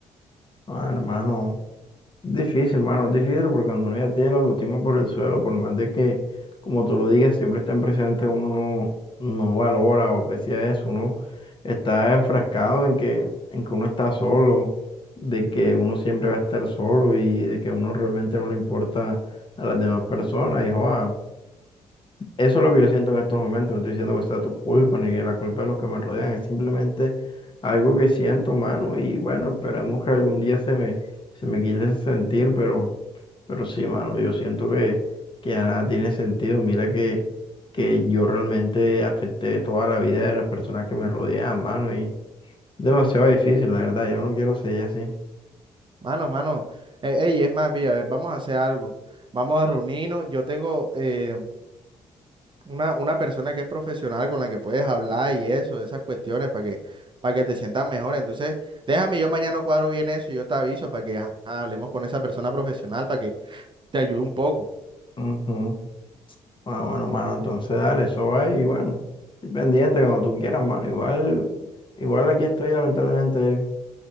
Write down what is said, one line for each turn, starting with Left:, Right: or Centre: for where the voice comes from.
Left: Ah, hermano, difícil, hermano, es difícil porque cuando uno ya tiene la autoestima por el suelo, por más de que, como tú lo digas, siempre está en presente, uno no, no valora o aprecia eso, uno está enfrascado en que, en que uno está solo, de que uno siempre va a estar solo y de que a uno realmente no le importa a las demás personas, y joa, eso es lo que yo siento en estos momentos. No estoy diciendo que sea tu culpa ni la culpa de los que me rodean. Es simplemente algo que siento, mano. Y bueno, esperemos que algún día se me, se me quite ese sentir. Pero, pero sí, mano, yo siento que,
Right: M-
Left: que ya nada tiene sentido. Mira que, que yo realmente afecté toda la vida de las personas que me rodeaban, mano. Y demasiado difícil, la verdad. Yo no quiero seguir así.
Right: Mano, mano. Eh, ey, es más, pilla, a ver, vamos a hacer algo. Vamos a reunirnos. Yo tengo eh, una, una persona que es profesional con la que puedes hablar y eso, de esas cuestiones para que, para que te sientas mejor. Entonces, déjame, yo mañana cuadro bien eso y yo te aviso para que ajá, hablemos con esa persona profesional para que te ayude un poco.
Left: Ujú. Ah, bueno, mano, entonces dale, eso va y bueno, estoy pendiente cuando tú quieras, mano. Igual, igual aquí estoy, lamentablemente.